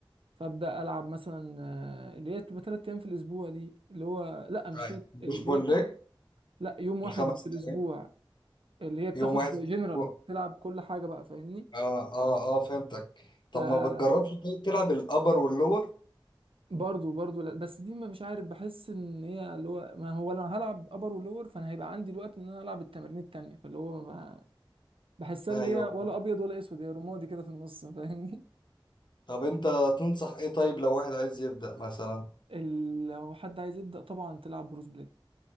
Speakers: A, on the right; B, on the left.
A: فابدا العب مثلا آه، اللي هي بتبقى تلات ايام في الاسبوع دي اللي هو لا مش
B: طيب
A: تلات
B: بوش
A: اللي
B: بول
A: هي بتبقى
B: ليج
A: لا يوم واحد
B: الخمس
A: في الاسبوع
B: أيام
A: اللي هي بتاخد
B: يوم واحد
A: جنرال
B: في الأسبوع
A: تلعب كل حاجه بقى فاهمني
B: آه آه آه فهمتك طب
A: ف
B: ما بتجربش طيب تلعب الأبر واللور؟
A: برضه برضه لا بس دي ما مش عارف بحس ان هي اللي هو ما هو انا هلعب ابر ولور فانا هيبقى عندي الوقت ان انا العب التمارين التانيه فاللي هو ما بحسها
B: أيوه
A: اللي هي ولا ابيض ولا اسود هي رمادي كده في النص فاهمني
B: طب انت تنصح ايه طيب لو واحد عايز يبدأ مثلا
A: ال- لو حد عايز يبدأ طبعا تلعب بروس بليت